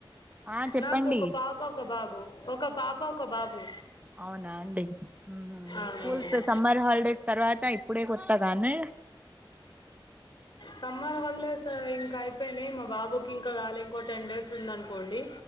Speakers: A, on the right (about 15°); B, on the left (about 60°).
A: ఆ చెప్పండి
B: నాకు ఒక పాప ఒక బాబు ఒక పాప ఒక బాబు
A: అవునా అండి ఊహు
B: అవునవును
A: స్కూల్స్ సమ్మర్ హాల్డేస్ తర్వాతై పుడే కొత్తగానే
B: సమ్మర్ హాలిడేస్ ఇంకా అయిపోయినయ్, మా బాబుకి ఇంకా గాలే ఇంకో టెన్ డేస్ ఉందనుకోండి.